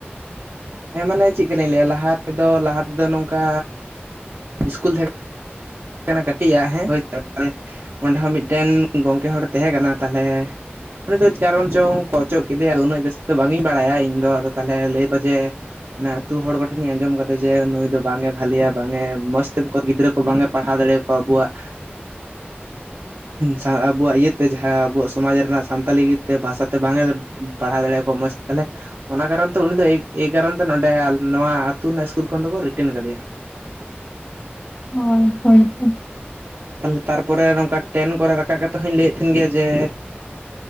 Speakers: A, on the right; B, on the left.
A: ᱦᱮᱸ ᱢᱟᱱᱮ ᱪᱮᱫᱠᱟ ᱞᱤᱧ ᱞᱟᱹᱭᱟ ᱞᱟᱦᱟ ᱛᱮᱫᱚ ᱞᱟᱦᱟ ᱛᱮᱫᱚ ᱱᱚᱝᱠᱟ ᱤᱥᱠᱩᱞ ᱛᱟᱦᱮᱸ ᱠᱟᱹᱴᱤᱡᱟᱜ ᱦᱮᱸ ᱦᱳᱭ <unintelligible> ᱚᱸᱰᱮ ᱦᱚᱸ ᱢᱤᱫᱴᱮᱱ ᱜᱚᱝᱠᱮ ᱦᱚᱲᱮ ᱛᱟᱦᱮᱸ ᱠᱟᱱᱟ᱾ ᱛᱟᱞᱦᱮ ᱩᱱᱤ ᱫᱚᱪ ᱠᱟᱨᱚᱱ ᱪᱚᱝ ᱠᱚ ᱚᱪᱚᱜ ᱠᱮᱫᱮᱭᱟ᱾ ᱟᱫᱚ ᱩᱱᱟᱹᱜ ᱡᱟᱹᱥᱛᱤ ᱫᱚ ᱵᱟᱝᱤᱧ ᱵᱟᱲᱟᱭᱟ ᱤᱧ ᱫᱚ ᱟᱫᱚ ᱛᱟᱦᱚᱞᱮ ᱞᱟᱹᱭᱟᱠᱚ ᱡᱮ ᱢᱟᱱᱮ ᱟᱛᱩ ᱦᱚᱲ ᱠᱚᱴᱷᱮᱱᱤᱧ ᱟᱸᱡᱚᱢ ᱠᱟᱫᱟ ᱡᱮ ᱱᱩᱭ ᱫᱚ ᱵᱟᱝᱮ ᱵᱷᱷᱟᱞᱮᱭᱟ, ᱵᱟᱝᱮ ᱢᱚᱸᱡᱽ ᱛᱮ ᱵᱟᱠᱚ ᱜᱤᱫᱽᱨᱟᱹ ᱠᱚ ᱵᱟᱝᱮ ᱯᱟᱲᱦᱟᱣᱟᱠᱚᱣᱟ ᱟᱵᱚᱣᱟᱜ ᱥᱟ ᱟᱵᱚᱣᱟᱜ ᱤᱭᱟᱹᱛᱮ ᱡᱟᱦᱟᱸ ᱟᱵᱚᱣᱟᱜ ᱥᱚᱢᱟᱡᱽ ᱨᱮᱱᱟᱜ ᱥᱟᱱᱛᱟᱞᱤ ᱛᱮ ᱵᱷᱟᱥᱟᱛᱮ ᱵᱟᱝᱮ ᱯᱟᱲᱦᱟᱣ ᱫᱟᱲᱮᱭᱟᱜ ᱠᱚ ᱢᱚᱥ ᱛᱮ ᱛᱟᱞᱦᱮ ᱚᱱᱟ ᱠᱟᱨᱚᱱ ᱛᱮ ᱩᱱᱤ ᱫᱚ ᱮ ᱮᱭ ᱠᱟᱨᱚᱱ ᱛᱮ ᱱᱚᱰᱮ ᱟᱞᱮ ᱱᱚᱣᱟ ᱟᱹᱛᱩ ᱨᱮᱱᱟᱜ ᱤᱥᱠᱩᱞ ᱠᱷᱚᱱ ᱫᱚᱠᱚ ᱨᱤᱴᱮᱱ ᱠᱟᱫᱮᱭᱟ᱾
B: ᱚ ᱦᱚᱭ ᱦᱚᱭ᱾
A: ᱛᱟᱦᱞᱮ ᱛᱟᱨᱯᱚᱨᱮ ᱱᱚᱝᱠᱟ ᱴᱮᱱ ᱠᱚᱨᱮ ᱨᱟᱠᱟᱵ ᱠᱟᱛᱮ ᱦᱚᱧ ᱞᱟᱹᱭᱮᱫ ᱛᱟᱦᱮᱱ ᱜᱮᱭᱟ ᱡᱮ